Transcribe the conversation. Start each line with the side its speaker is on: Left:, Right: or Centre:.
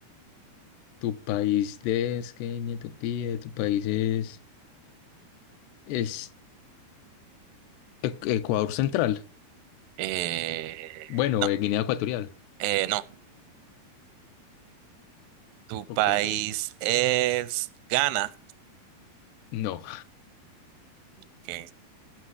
Left: Tu país de es Kenia, Etiopía, tu país es, es E- Ecuador Central.
Right: Eh,
Left: Bueno,
Right: no,
Left: eh, Guinea Ecuatorial.
Right: eh, no, ¿tu país
Left: Ok.
Right: es Ghana?
Left: No.
Right: Ok,